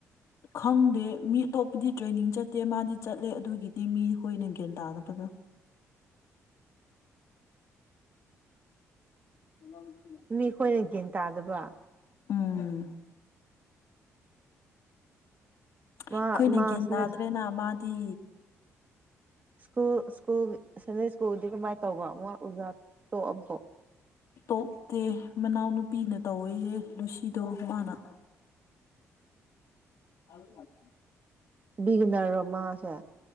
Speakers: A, on the left (about 70°); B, on the right (about 30°).
A: ꯈꯪꯗꯦ ꯃꯤ ꯑꯇꯣꯞꯄꯗꯤ ꯇ꯭ꯔꯦꯅꯤꯡ ꯆꯠꯇꯦ ꯃꯥꯗꯤ ꯆꯠꯂꯦ ꯑꯗꯨꯒꯤꯗꯤ ꯃꯤ ꯑꯩꯈꯣꯏꯅ ꯒ꯭ꯌꯥꯟ ꯇꯥꯒꯗꯕꯗꯣ <unintelligible>
B: ꯃꯤ ꯈꯣꯏꯅ ꯒ꯭ꯌꯥꯟ ꯇꯥꯗꯕ
A: ꯎꯝ
B: ꯃꯥ
A: ꯑꯩꯈꯣꯏꯅ
B: ꯃꯥ
A: ꯒ꯭ꯌꯥꯟ
B: ꯁꯤꯅ
A: ꯇꯥꯗ꯭ꯔꯦꯅ ꯃꯥꯗꯤ
B: ꯁ꯭ꯀꯨꯜ ꯁ꯭ꯀꯨꯜ ꯁꯟꯗꯦ ꯁ꯭ꯀꯨꯜꯗꯤ ꯀꯃꯥꯏ ꯇꯧꯕ ꯋꯥ ꯑꯣꯖꯥ ꯇꯣꯛꯑꯕꯣ
A: ꯇꯣꯛꯇꯦ ꯃꯅꯥꯎꯅꯨꯄꯤꯅ ꯇꯧꯋꯦꯌꯦ ꯂꯨꯁꯤꯗꯣ ꯃꯥꯅ
B: <inaudible>
A: <inaudible>
B: ꯕꯤꯒꯅꯔꯔ ꯃꯥꯁꯦ